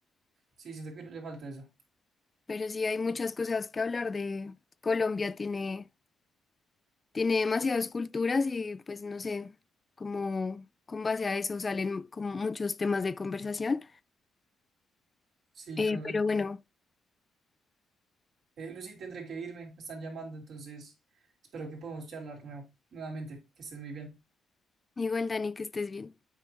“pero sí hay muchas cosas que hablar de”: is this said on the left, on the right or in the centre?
Left